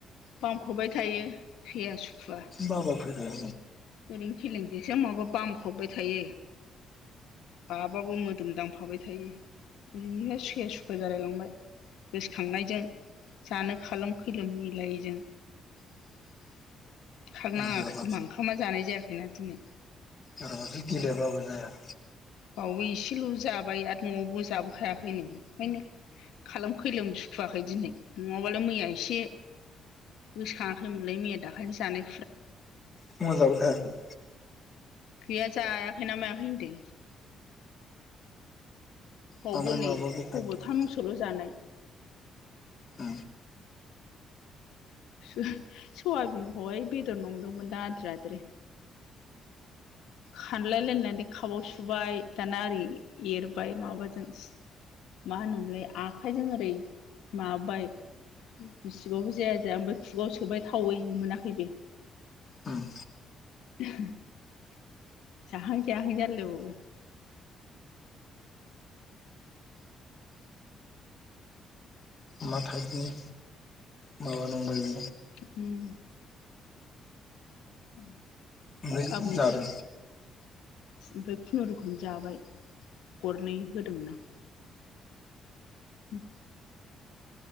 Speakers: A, on the left; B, on the left.
A: बामख्रबबाय थायो फैया सुखुवा
B: बाबा फैदों
A: ओरैनो खेलें खेसें माबो बामख्रबबाय थायो बाबाबो मोदोमदांफाबाय थायो बिनिखायनो सैया सुखुवा जालायलांबाय गोसोखांनायजों जानो खालामोम खैलोम मिलायैजों
B: <inaudible>
A: खांख नाङाखै
B: जेरावबा
A: खोमा जानाय जायाखैना दिनै
B: सोरबाथो गेलेयाबाबो जाया
A: बावबो एसेल' जाबाय आरो न'आवबो जाबोखायाखैनो ओंखायनो खालाम खैलोम सुखुवाखै दिनै नङाबालाय मैया एसे गोसोखाङाखैमोनलाय मैया दाखालि जानाय
B: फुङाव जाबो खायाखै
A: गैया जायाखैना मायाखै होनदों बावबो
B: बांद्राय
A: नै
B: माबाबो थायाखै
A: खब'थामसोल' जानाय
B: ओ
A: सयाबिनखौहाय बेदर नंदोंमोन दा आद्रि आद्रि खानलायलायनानै खाबाव सुबाय दाना ओरै एरबाय माबाजों मा होनोमोनलाय आखाइजों ओरै माबाय बिसिबाबो जाया जाया ओमफ्राय खुगायाव सोबाय थावै मोनाखै बे
B: उम
A: <inaudible> जाहां जायाहां जालाय लायबावो
B: मा थाइबनि माबा नंबाय बे
A: उम <unintelligible>
B: ओमफ्राय
A: ओमफ्राय
B: जादों
A: खुनुरुखुम जाबाय गरनै होदोंमोन आं उम